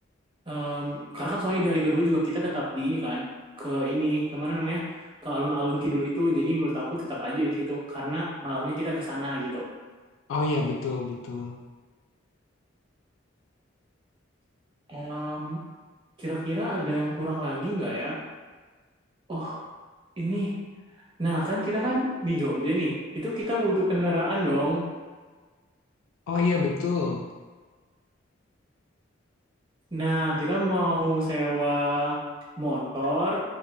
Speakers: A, on the right; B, on the left.
A: Em, karena kan soalnya di hari kedua juga kita tetap di ini kan ke ini kemana namanya ke alun-alun kidul itu jadi menurut aku tetap aja di situ karena malamnya kita ke sana gitu
B: Oh iya betul betul.
A: Em, kira-kira ada yang kurang lagi nggak ya oh ini nah kan kita kan di Jogja nih itu kita butuh kendaraan dong
B: Oh iya betul.
A: nah kita mau sewa motor